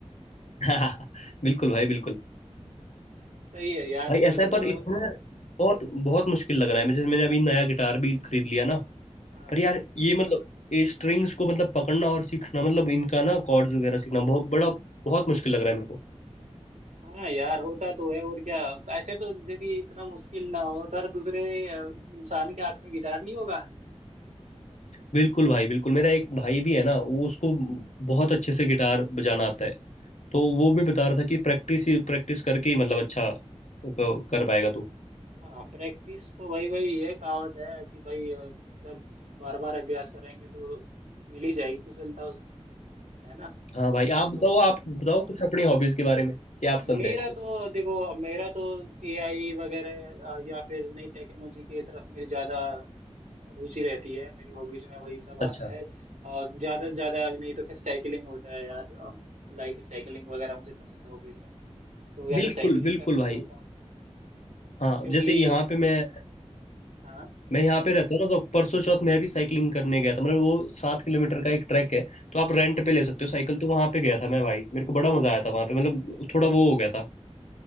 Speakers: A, on the left; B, on the right.
A: <laughs> बिल्कुल भाई बिल्कुल
B: सही है यार
A: भाई
B: फॉलो
A: ऐसा है
B: करो
A: पर इसमें बहुत बहुत मुश्किल लग रहा है जैसे मैंने अभी नया गिटार भी खरीद लिया ना
B: हाँ
A: पर यार ये मतलब ये स्ट्रिंग्स को मतलब पकड़ना और सीखना मतलब इनका ना कॉर्ड्स वगैरह सीखना बहुत बड़ा बहुत मुश्किल लग रहा है मेरे को
B: हाँ यार होता तो है और क्या ऐसे तो यदि इतना मुश्किल ना हो तो हर दूसरे अ, इंसान के हाथ में गिटार नहीं होगा
A: बिल्कुल भाई बिल्कुल मेरा एक भाई भी है ना वो उसको बहुत अच्छे से गिटार बजाना आता है तो वो भी बता रहा था कि प्रैक्टिस ही प्रैक्टिस करके ही मतलब अच्छा क- कर पाएगा तू
B: हाँ प्रैक्टिस तो भाई भाई ये कहावत है कि भाई अ, जब बार बार अभ्यास करेंगे तो मिल ही जाएगी कुशलता उसमें है ना
A: हाँ भाई आप बताओ
B: तो
A: आप बताओ कुछ अपनी हॉबीज के बारे में क्या आप पसंद
B: मेरा
A: है
B: तो देखो अब मेरा तो एआई वगैरह अ, या फिर नई टेक्नोलॉजी की तरफ मेरी ज़्यादा रुचि रहती है मेरी हॉबीज में वही सब
A: अच्छा
B: आता है और ज़्यादा से ज़्यादा नहीं तो फिर साइकिलिंग होता है यार लाइक साइकिलिंग वगैरह मुझे पसंद है हॉबीज में तो या
A: बिल्कुल
B: तो साइकिलिंग
A: बिल्कुल
B: करने निकलता
A: भाई
B: हूँ
A: हाँ
B: क्योंकि
A: जैसे यहाँ पे मैं
B: हाँ
A: मैं यहाँ पे रहता हूँ ना तो परसों चौथ मैं भी साइकिलिंग करने गया था मतलब वो सात किलोमीटर का एक ट्रैक है तो आप रेंट
B: हाँ
A: पे ले सकते हो साइकिल तो वहाँ पे गया था मैं भाई मेरे को बड़ा मजा आया था वहाँ पे मतलब थोड़ा वो हो गया था